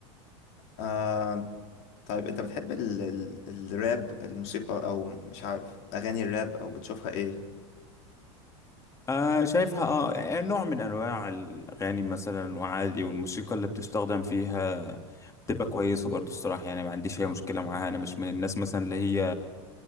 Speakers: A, on the left; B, on the left.
A: امم طيب انت بتحب ال... ال... الراب الموسيقى او مش عارف اغاني الراب او بتشوفها ايه
B: آه شايفها اه يعني نوع من انواع الاغاني مثلا وعادي والموسيقى اللي بتستخدم فيها بتبقى كويسه برضو الصراحه يعني ما عنديش اي مشكله معاها انا مش من الناس مثلا اللي هي